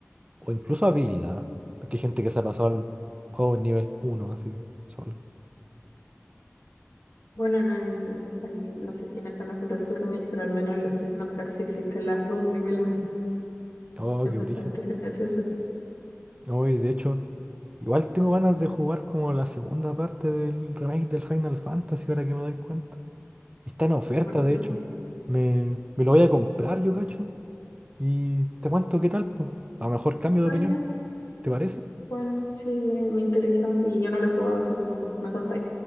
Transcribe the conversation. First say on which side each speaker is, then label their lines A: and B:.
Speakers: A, on the right; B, on the left.
A: o incluso habilidad. Porque hay gente que se ha pasado al juego en nivel uno así, solo.
B: Bueno, en el, en el- no sé si en el Final Fantasy Remake, pero al menos en los Kingdom Hearts sí existen las runes nivel uno
A: Oh,
B: Es
A: qué
B: bastante
A: brígido.
B: gracioso.
A: No, y de hecho, igual tengo ganas de jugar como la segunda parte del remake del Final Fantasy ahora que me doy cuenta. Está en oferta,
B: Porque,
A: de hecho. Me, me lo voy a comprar, yo cacho. Y te cuento qué tal, pues. A lo mejor cambio
B: ah,
A: de opinión,
B: ya,
A: ¿te parece?
B: bueno, sí, me, me interesa. Y yo no lo he jugado, así que bueno, me contáis.